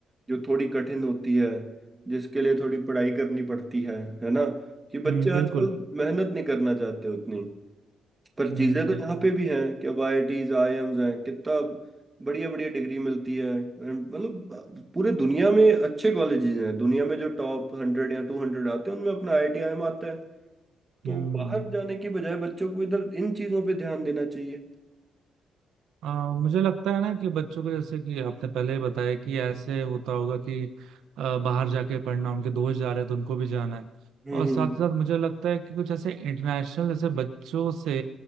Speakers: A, on the right; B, on the right.
A: जो थोड़ी कठिन होती है जिसके लिए थोड़ी पढ़ाई करनी पड़ती है है ना कि बच्चे
B: हम्म बिल्कुल
A: आजकल मेहनत नहीं करना चाहते उतनी पर
B: हम्म
A: चीजें तो यहाँ पे भी हैं कि अब आईआईटीज आईआईएम्स हैं कितना बढ़िया बढ़िया डिग्री मिलती है And मतलब पूरे दुनिया में अच्छे कॉलेजेस हैं दुनिया में जो टॉप हंड्रेड या टू हंड्रेड आते हैं उनमें अपना आईआईटी आईआईएम आता है तो
B: हम्म
A: बाहर
B: हम्म।
A: जाने की बजाय बच्चों को इधर इन चीजों पे ध्यान देना चाहिए
B: आ, मुझे लगता है ना कि बच्चों को जैसे कि आपने पहले ही बताया कि ऐसे होता होगा कि आ, बाहर जाके पढ़ना उनके दोस्त जा रहे हैं तो उनको भी जाना है
A: हम्म
B: और साथ साथ मुझे लगता है कि कुछ ऐसे इंटरनेशनल ऐसे बच्चों से